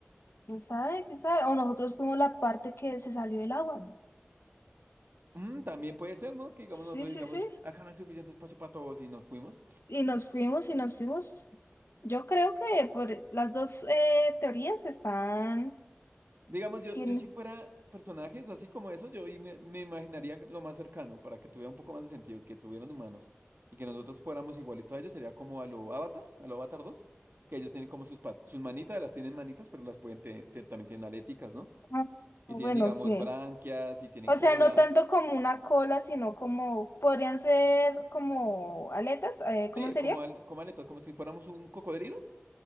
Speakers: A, on the left (about 65°); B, on the right (about 55°).
A: ¿quién sabe? ¿Quién sabe? O nosotros fuimos la parte que se salió del agua.
B: Mm, también puede ser, ¿no? Que digamos,
A: Sí,
B: nosotros
A: sí,
B: digamos,
A: sí.
B: acá no hay suficiente espacio para todos y nos fuimos.
A: Y nos fuimos y nos fuimos. Yo creo que por las dos eh, teorías están,
B: Digamos, yo,
A: tienen,
B: yo si fuera personajes así como eso, yo y me, me imaginaría lo más cercano para que tuviera un poco más de sentido, y que tuvieran humanos y que nosotros fuéramos igualitos a ellos, sería como a lo Avatar, a lo Avatar 2 que ellos tienen como sus, pa- sus manitas, las tienen manitas, pero las pueden, te- te- también tienen aléticas, ¿no?
A: ah,
B: Y
A: bueno,
B: tienen, digamos,
A: sí.
B: branquias y tienen
A: O
B: cola.
A: sea, no tanto como una cola, sino como, podrían ser como aletas, eh,
B: Sí,
A: ¿cómo sería?
B: como, al- como aletas, como si fuéramos un cocodrilo,